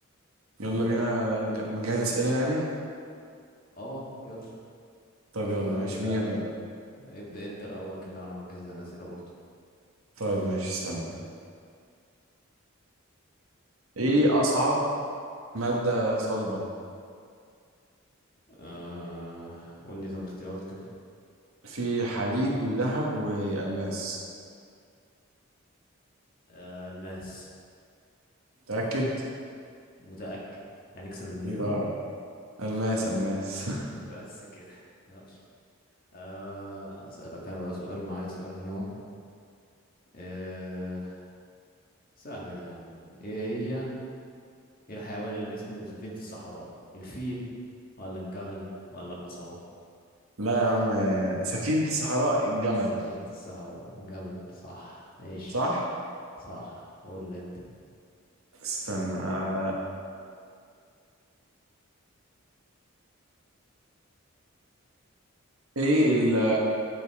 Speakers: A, on the right (about 85°); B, on the left (about 45°).
A: يلا
B: تبدا
A: بينا ج- مجهز أسئلة يعني
B: اه يلا
A: طيب
B: اشوف
A: يلا
B: انا
A: ماشي
B: كده
A: مين يبدأ
B: ابدا انت الاول كده على ما اجهز انا اسئله برضه
A: طيب ماشي استنى إيه أصعب مادة صلبة
B: أه... قول لي طب اختيارات كده
A: في حديد وذهب وألماس
B: أه... الماس
A: متأكد
B: متاكد هنكسب المليون
A: يبقى ألماس ألماس <laughs>
B: <laughs> بس كده يلا أه... اسالك انا بقى سؤال معايا سؤال هنا اهو أه... سهله دي يا عم ايه هي ايه الحيوان اللي اسمه سفينة الصحراء الفيل ولا الجمل ولا الحصان
A: لا يا عم آه، سفينة الصحراء الجمل
B: سفينة الصحراء الجمل صح ماشي
A: صح
B: صح قول لي انت
A: استنى آه، إيه ال-